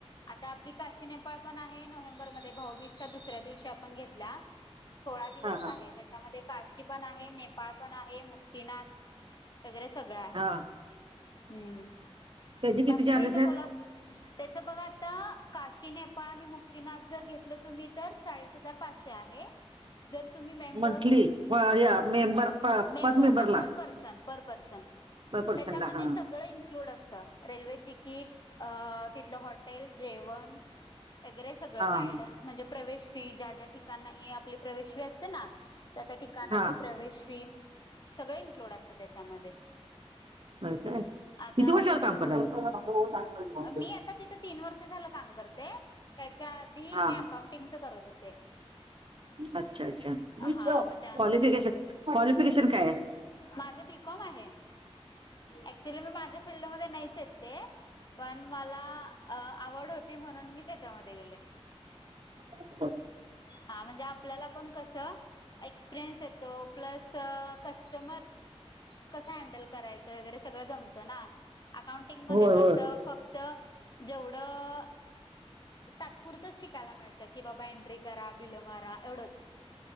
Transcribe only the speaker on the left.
आता आपली कशी, नेपाळ पण आहे नोव्हेंबर मध्ये भाऊबीजच्या दुसऱ्या दिवशी आपण घेतल्या सोळा दिवस
आहे, त्याच्यामध्ये काशी पण आहे, नेपाळ पण आहे, मुक्तीनाथ वगैरे सगळं आहे,
हम्म
बाकी
म हीत
कोल्हापूर त्याचं बघा आता काशी ने पाळ आणि मुक्तीनाथ जर घेतल तुम्ही तर चाळीस हजार पाचशे आहे जर तुम्ही मेंबर्स
मेंबर
हा per person per person.
त्याच्यामध्ये
सगळं इन्क्लूड असतं रेल्वे तिकीट तिथलं हॉट हॉटेल जेवण वगैरे सगळं
गायडन्स म्हणजे प्रवेश फी ज्या ज्या ठिकाण आपली प्रवेश फी असते ना त्या त्या ठिकाणाची
प्रवेश फी सगळं इन्क्लूड असतं त्याच्यामध्ये
आता
आपल्या
ढऊ
मी आता तिथं तीन वर्ष झालं काम करते. त्याच्या आधी
मी अकाउंटिंग च करत होते.
हा
मग त्या
माझे बी कॉम आहे. ऍक्चुली मी माझ्या फिल्डमध्ये नाहीच आहेत ते पण मला अ आवड हो ती म्हणून मी त्याच्यामध्ये गेले.
हा म्हणजे आपल्याला पण कस एक्सपिरयन्स येतो प्लस क स्टमर कसं हँडल करायचं वगैरे सगळं जमतं ना अकाउंटिंग मध्ये
कसं फ क्त तर जेवढं तात्पुरतचं शिकायला मिळतं की बाबा एंट्री करा बिलं मारा एवढचं